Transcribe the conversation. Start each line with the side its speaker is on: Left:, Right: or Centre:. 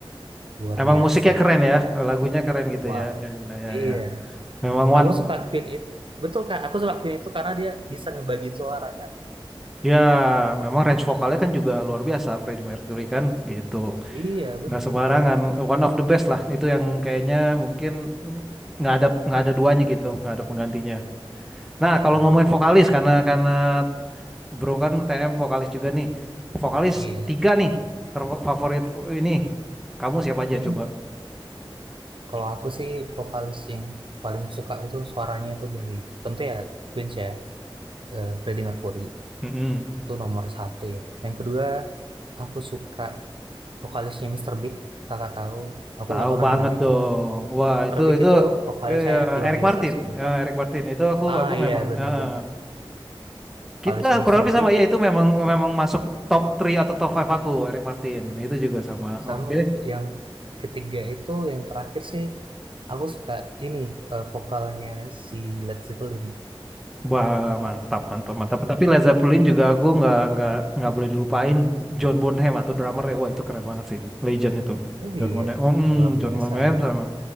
Right: luar
Centre: Emang
Right: biasa.
Centre: musiknya keren ya, lagunya keren gitu
Right: Wow.
Centre: ya. Ya, ya, ya,
Right: Iya,
Centre: ya. Memang
Right: aku
Centre: one,
Right: suka Queen itu. Betul Kak, aku suka Queen itu karena dia bisa ngebagiin suara Kak.
Centre: ya, memang range vokalnya kan juga luar biasa Freddie Mercury kan, gitu.
Right: Iya, benar,
Centre: Nggak sembarangan,
Right: benar.
Centre: one of the best lah. Itu yang kayaknya mungkin nggak ada nggak ada duanya gitu, nggak ada penggantinya. Nah,
Right: Betul.
Centre: kalau ngomongin vokalis, karena karena Bro kan TM vokalis juga nih. Vokalis
Right: Iya.
Centre: tiga nih terfavorit ini. Kamu siapa aja
Right: Mm-mm.
Centre: coba?
Right: Kalau aku sih vokalis yang paling suka itu suaranya itu dari tentu ya Queens ya, eh, Freddie Mercury
Centre: Mm-mm.
Right: itu nomor satu ya. Yang kedua aku suka vokalisnya Mister Big, kakak tahu. Aku
Centre: Tahu
Right: nggak tahu
Centre: banget
Right: namanya,
Centre: dong.
Right: cuman
Centre: Wah,
Right: Mister
Centre: itu
Right: Big
Centre: itu
Right: itu vokalisnya
Centre: eh,
Right: luar
Centre: Eric
Right: biasa
Centre: Martin.
Right: sih menurut
Centre: Ya,
Right: aku.
Centre: Eric Martin. Itu aku
Right: Ah
Centre: aku
Right: iya
Centre: memang
Right: benar-benar
Centre: eh, eh.
Right: vokalisnya
Centre: kita
Right: Mister
Centre: kurang lebih
Right: Big
Centre: sama. Iya, itu memang memang masuk top 3 atau top 5 aku Eric Martin. Itu juga sama.
Right: sama
Centre: Oke.
Right: yang ketiga itu yang terakhir sih aku suka ini eh, vokalnya si Led Zeppelin.
Centre: Wah, mantap, mantap, mantap. Tapi Led Zeppelin juga aku nggak nggak nggak boleh dilupain John Bonham atau drummer ya, Wah, itu keren banget sih. Legend itu.
Right: Oh
Centre: John
Right: iya
Centre: Bonham. Oh, mm,
Right: luar
Centre: John
Right: biasa
Centre: Bonham
Right: ya.
Centre: sama